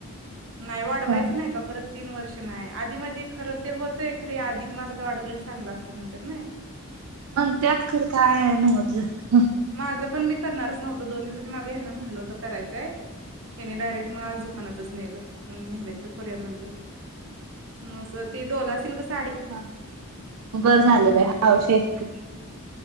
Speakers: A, on the right; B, on the right.
A: नाही वाढवायच
B: हा
A: नाही का परत तीन वर्ष नाही आधी मधी खरं ते होतय खर या अधिकमासात वाढवलेल चांगल असतय म्हणत्यात नई
B: म्हणत्यात खरं काय नव्हच झालं
A: माझं पण मी करणारच नव्हतो दोन दिवसाचे मागे हेना म्हटलं होतं करायचंय हेनी डायरेक्ट मग आज दुकानातच नेलं. मग नेलं तर करुया म्हटलं म ते डोला सिल्क कस
B: हा, हा बर झाल बाई हौशी आहेत की